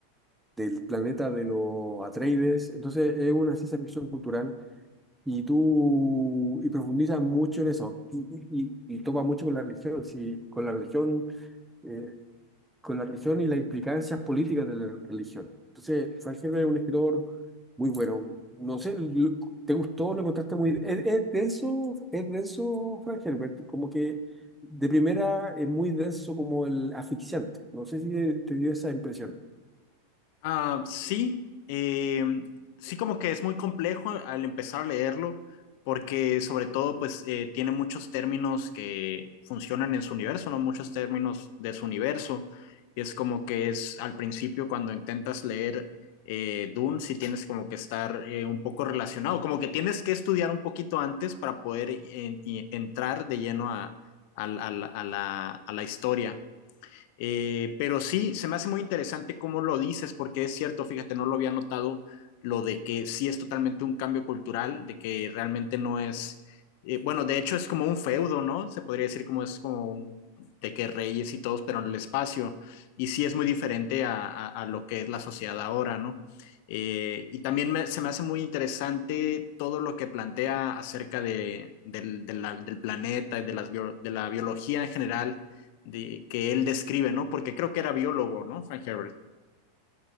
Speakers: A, in the centre; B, on the left.
A: del planeta de los Atreides. Entonces, es una ciencia ficción cultural y tú, y profundiza mucho en eso, y, y, y- y topa mucho con la religión, sí, con la religión, eh, con la religión y las implicancias políticas de la religión. Entonces, Frank Herbert es un escritor muy bueno. No sé, lo- ¿te gustó? ¿Lo encontraste muy... Es, es denso, es denso, Frank Herbert, como que de primera es muy denso como el asfixiante. No sé si te dio esa impresión.
B: Ah, sí, eh, sí como que es muy complejo al empezar a leerlo, porque sobre todo pues eh, tiene muchos términos que funcionan en su universo, ¿no? Muchos términos de su universo. Y es como que es al principio cuando intentas leer eh, Dune, sí tienes como que estar eh, un poco relacionado, como que tienes que estudiar un poquito antes para poder eh, y- entrar de lleno a, a la a la- a la- a la historia. Eh, pero sí, se me hace muy interesante cómo lo dices, porque es cierto, fíjate, no lo había notado lo de que sí es totalmente un cambio cultural, de que realmente no es, eh, bueno, de hecho es como un feudo, ¿no? Se podría decir como es como un, de que reyes y todos, pero en el espacio, y sí es muy diferente a, a, a lo que es la sociedad ahora, ¿no? Eh, y también me, se me hace muy interesante todo lo que plantea acerca de, del, de la, del planeta y de, las bio, de la biología en general de, que él describe, ¿no? Porque creo que era biólogo, ¿no? Frank Herbert.